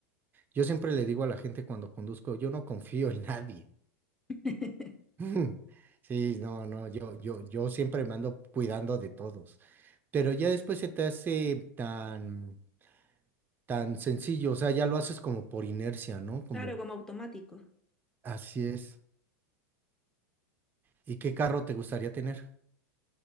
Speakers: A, on the right; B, in the centre.
A: Yo siempre le digo a la gente cuando conduzco, yo no confío en nadie.
B: <laughs>
A: <laughs> Sí, no, no, yo, yo, yo siempre me ando cuidando de todos. Pero ya después se te hace tan tan sencillo, o sea, ya lo haces como por inercia, ¿no? Como
B: Claro, como automático. <laughs>
A: así es. ¿Y qué carro te gustaría tener?